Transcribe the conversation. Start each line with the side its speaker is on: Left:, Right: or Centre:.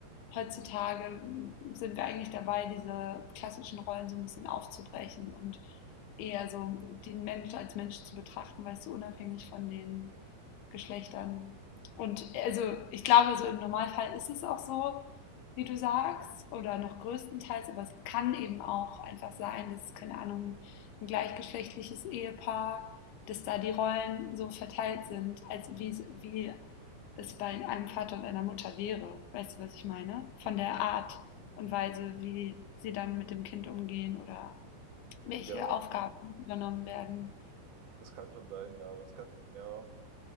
Left: heutzutage mm, sind wir eigentlich dabei, diese klassischen Rollen so ein bisschen aufzubrechen und eher so den Menschen als Mensch zu betrachten, weißt du, unabhängig von den Geschlechtern. Und also ich glaube, so im Normalfall ist es auch so, wie du sagst, oder noch größtenteils, aber es kann eben auch einfach sein, dass, keine Ahnung, ein gleichgeschlechtliches Ehepaar, dass da die Rollen so verteilt sind, als wie, wie es bei einem Vater und einer Mutter wäre. Weißt du, was ich meine? Von der Art und Weise, wie sie dann mit dem Kind umgehen oder welche
Right: Ja,
Left: Aufgaben übernommen werden.
Right: das kann schon sein, ja. Das kann, ja.